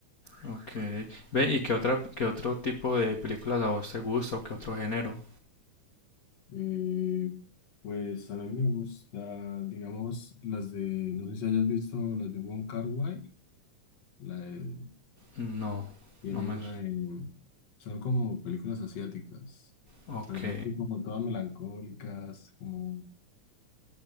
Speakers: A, on the left; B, on the left.
A: Ok. Ve y qué otra, qué otro tipo de películas a vos te gusta o qué otro género.
B: Eh, pues a mí me gusta, digamos, las de. No sé si hayas visto las de Wong Kar-wai. La de-
A: No,
B: tiene
A: no me
B: una. de- son como películas asiáticas.
A: Ok.
B: Pero son así como todas melancólicas, como